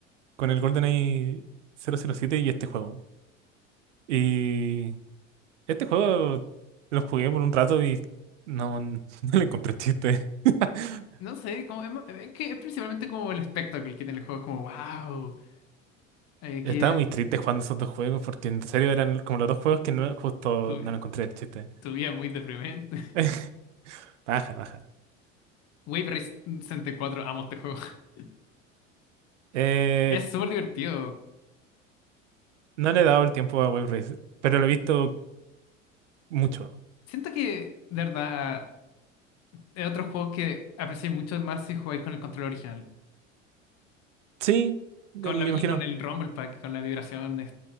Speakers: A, on the right (about 65°); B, on the left (about 40°).
A: con el GoldenEye cero cero siete y este juego. Y este juego lo jugué por un rato y no, <laughs> no le encontré chiste. <laughs>
B: No sé, como, es, es que es principalmente como el espectáculo que tiene el juego. Es como, wow, eh, que
A: Estaba muy triste jugando esos dos juegos porque en serio eran como los dos juegos que no, justo
B: tu,
A: no le encontré el chiste.
B: tu vida es muy deprimente. <laughs>
A: <laughs> Baja, baja.
B: Wave Race 64, amo este juego. <laughs>
A: Eh,
B: Es súper divertido.
A: no le he dado el tiempo a Wave Race, pero lo he visto Mucho.
B: Siento que, de verdad, es otro juego que aprecié mucho más si jugáis con el control original.
A: Sí,
B: Con
A: eh, me
B: la, vi-
A: imagino.
B: y con el Rumble Pack, con la vibración, es,